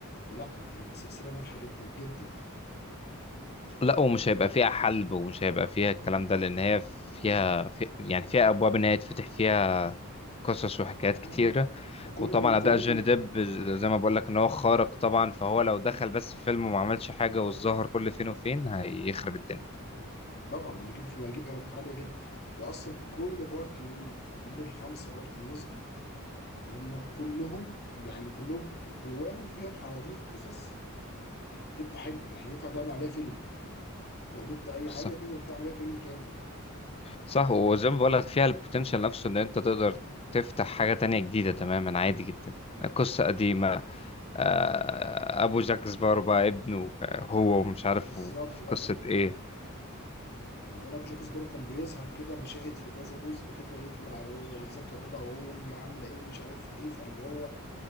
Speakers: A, on the left; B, on the left.
A: لا هي سلسله ناجحه جدا جدا يعني
B: لا ومش هيبقى فيها حلب ومش هيبقى فيها الكلام ده لان هي فيها في يعني فيها ابواب ان هي يتفتح فيها قصص وحكايات كتيره
A: نعم. ده كل
B: وطبعا
A: كل
B: اداء جوني ديب زي ما بقول لك ان هو خارق طبعا فهو لو دخل بس في فيلم وما عملش حاجه وظهر كل فين وفين هيخرب الدنيا
A: طبعا هجيب في هجيب ايرادات عاليه جدا واصلا كل بارت من من الخمسه بارت اللي نزلوا هم كلهم يعني كلهم جواهم فيهم حواديت وقصص تبقى حلو يعني ينفع تعمل عليها فيلم لو جبت اي
B: صح
A: حاجه تقدر تعمل عليها فيلم كامل
B: صح وزي ما بقول لك فيها البوتنشال نفسه ان انت تقدر تفتح حاجه تانية جديده تماما عادي جدا قصه قديمه آه، ابو جاك سبارو بقى ابنه آه، هو ومش عارف
A: بالظبط
B: في
A: بقى
B: قصه ايه
A: ومعانا بجوكسبورو كان بيظهر كده مشاهد في كذا جزء كده يطلع ازيك يا بابا وهو امي عامله ايه ومش عارف ايه فاللي هو